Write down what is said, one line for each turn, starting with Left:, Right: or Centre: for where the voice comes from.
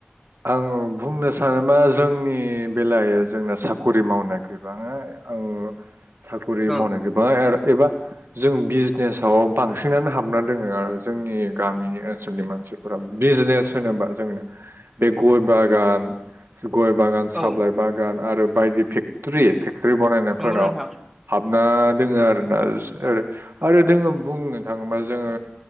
Right: आङो बुंनो सानाबा जोंनि बेलायाव जोंना साक रि मावनाय गैबाङा औ साकरि
Centre: औ
Right: मावनाय <unintelligible> एबा जों बिजनेसाव बांसिनानो हाबना दोङो आरो जोंनि गामिनि ओनसोलनि मानसिफोरा बिजनेस होनोबा जोंनो बे गय बागान गय बागान साबलाइ
Centre: औ
Right: बागान आरो बायदि फेक्टरि फेक्टरि बानायनायफोरनाव
Centre: नंगौ नोंथां
Right: हाबना दोङो आरो ओ आरो जोङो बुंनो थाङोबा जोङो